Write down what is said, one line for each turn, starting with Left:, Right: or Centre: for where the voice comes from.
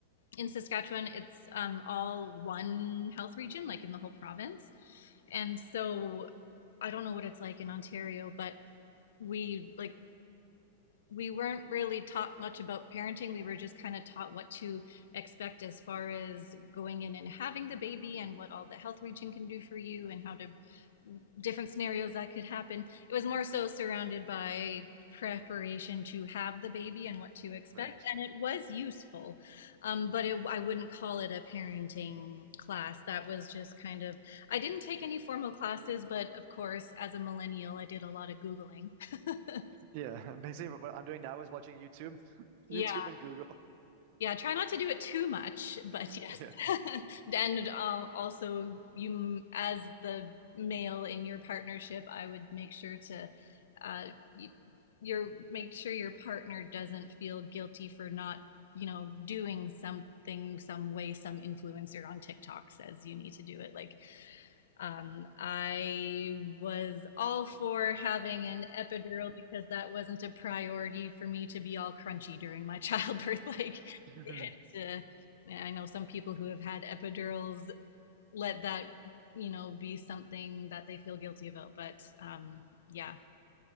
Left: in Saskatchewan, it's um, all one health region, like in the whole province. And so I don't know what it's like in Ontario, but we like we weren't really taught much about parenting. We were just kind of taught what to expect as far as going in and having the baby and what all the health region can do for you and how to different scenarios that could happen. It was more so surrounded by preparation to have the baby and what to expect,
Right: Right.
Left: and it was useful, um, but it, I wouldn't call it a parenting class. That was just kind of, I didn't take any formal classes, but of course, as a millennial, I did a lot of Googling. <laughs>
Right: Yeah, <laughs> basically what I'm doing now is watching YouTube, <laughs>
Left: Yeah.
Right: YouTube and Google.
Left: Yeah, try not to do it too much, but
Right: <laughs>
Left: yes.
Right: Yeah.
Left: <laughs> And uh, also, you, as the male in your partnership, I would make sure to, uh, y- your make sure your partner doesn't feel guilty for not, you know, doing something, some way, some influencer on TikTok says you need to do it. Like, um, I was all for having an epidural because that wasn't a priority for me to be all crunchy during my childbirth. <laughs> Like,
Right: <laughs>
Left: it, uh, I know some people who have had epidurals let that, you know, be something that they feel guilty about. But um, yeah,